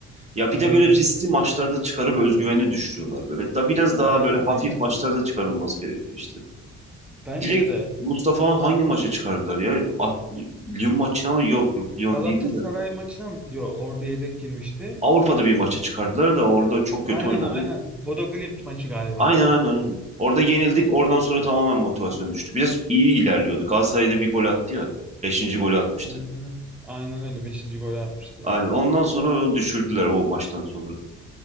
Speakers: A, on the right; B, in the centre.
A: Ya
B: yani
A: bir de böyle riskli maçlarda çıkarıp özgüveni düşürüyorlar böyle. Da biraz daha
B: aynen
A: böyle hafif
B: öyle
A: maçlarda çıkarılması gerekiyor işte.
B: bence
A: Direkt
B: de
A: Mustafa hangi maça çıkardılar ya? A- Lyon maçına mı? Yok yok Lyon
B: Galatasaray
A: değildi de.
B: maçına mı Yo orada yedek girmişti
A: Avrupa'da bir maça çıkardılar da orada çok kötü
B: aynen
A: oynadı.
B: aynen Bodo Glimt maçı galiba
A: Aynen aynen aynen. Orada yenildik. Oradan sonra tamamen motivasyon düştü. Biraz iyi ilerliyordu. Galatasaray'da bir gol attı ya. Beşinci golü atmıştı.
B: aynen, öyle. aynen öyle Beşinci golü atmıştı
A: Aynen. Ondan sonra onu düşürdüler o maçtan sonra.